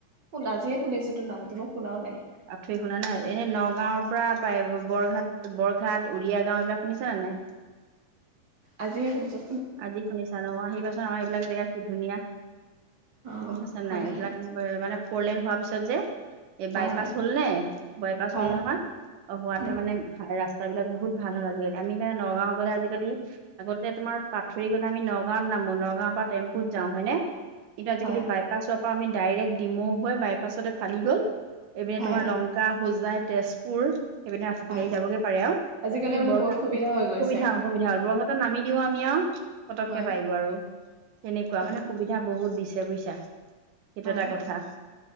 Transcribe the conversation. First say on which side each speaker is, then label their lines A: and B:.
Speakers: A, on the right (about 50°); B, on the right (about 75°).
A: শুন আজিয়ে শুনিছো তোৰ নামটো মই শুনাও নাই।
B: আঠৈ শুনা নাই এই নগাঁওৰ পৰা বাই বৰঘাট বৰঘাট উৰিয়া গাওঁ এইবিলাক শুনিছা নে নাই। <inaudible>
A: আজিয়ে শুনছো।
B: আজি শুনিছা ন, আহিবাচোন আমাৰ এইবিলাক জেগা কি ধুনীয়া,
A: অ
B: গম পাইছা
A: হয়
B: নাই? এইবিলাক
A: হয়
B: মানে ফ'ৰ লেন হোৱাৰ পিছত যে এই
A: হয়
B: বাইপাছ
A: হয়
B: হল নে, বাইপাছ
A: হয়
B: হ'ল নহয় অ হোৱাতোৱে
A: উম
B: মানে ৰাস্তা বিলাক বহুত ভাল হ'ল আজিকালি। আমি এতিয়া নগাঁও গ'লে আজিকালি আগতে তোমাৰ পাথৰি গ'লে আমি নগাঁওত নামো, নগাঁৱৰ পৰা টেম্পুত যাওঁ হয় নে? কিন্তু আজিকালি
A: হয়
B: বাইপাছত আমি ডাইৰেক্ট ডিমৌ হৈ বাইপাছতে ফালি গ'ল, এইপিনে
A: হয়
B: তোমাৰ লংকা হোজাই তেজপুৰ সেইপিনে
A: হয়
B: গাড়ী যাবগে পাৰে আও।
A: আজিকালি
B: আমি
A: মানে
B: বৰঘাট,
A: বহুত সুবিধা হৈ গৈছে
B: সুবিধা হল সুবিধা হ'ল বৰঘাটত নামি দিওঁ আমি আও পতককে
A: হয়
B: পাই গৈ আৰু। সেনেকুৱা
A: হয়
B: মানে সুবিধা বহুত দিছে বুইছা। সেইটো
A: হয়
B: এটা কথা